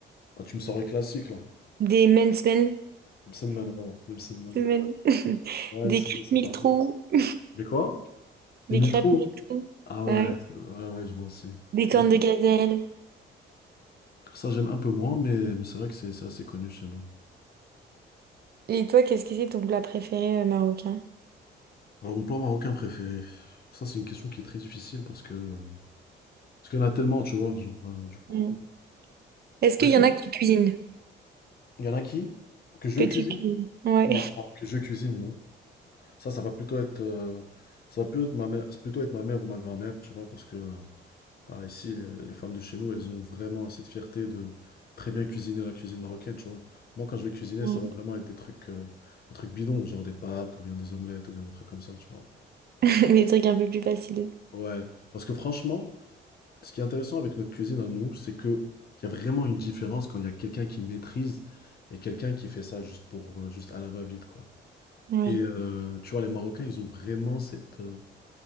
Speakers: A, on the left (about 50°); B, on the right (about 55°).
A: Ah, tu me sors les classiques là.
B: des mensmen,
A: Les msemen, voilà, les msemen.
B: men- <laughs>
A: Ouais, les
B: des
A: msemen,
B: crêpes
A: c'est
B: mille
A: pas mal.
B: trous, <laughs>
A: Les quoi?
B: des
A: Les mille
B: crêpes
A: trous
B: mille trous,
A: Ah ouais,
B: ouais.
A: c'est ouais, ouais, je vois aussi.
B: Des cornes
A: Bah écoute,
B: de gazelle.
A: ça j'aime un peu moins, mais mais c'est vrai que c'est c'est assez connu chez nous.
B: Et toi, qu'est-ce que c'est ton plat préféré euh, marocain?
A: Alors mon plat marocain préféré, ça c'est une question qui est très difficile parce que, heu, parce qu'il y en a tellement, tu vois? Genre, heu, du coup
B: Mm. Est-ce
A: bah
B: qu'il
A: écoute
B: y en a que tu cuisines?
A: Il y en a qui? Que je
B: Que
A: cuisine?
B: tu cuisines? Ouais.
A: Non, pardon, que je cuisine, non. Ça, ça va plutôt être, euh, ça va plutôt être ma mère, c'est plutôt être ma mère ou ma grand-mère, tu vois, parce que euh, bah, ici, les, les femmes de chez nous, elles ont vraiment cette fierté de très bien cuisiner la cuisine marocaine, tu vois. Moi, quand je vais cuisiner,
B: Mm.
A: ça va vraiment être des trucs, euh, des trucs bidons, genre des pâtes ou bien des omelettes ou bien des trucs comme ça, tu vois.
B: <laughs> Des trucs un peu plus faciles.
A: Ouais, parce que franchement, ce qui est intéressant avec notre cuisine à nous, c'est que il y a vraiment une différence quand il y a quelqu'un qui maîtrise et quelqu'un qui fait ça juste pour, euh, juste à la va-vite, quoi.
B: Oui,
A: Et euh, tu vois, les Marocains, ils ont vraiment cette, euh,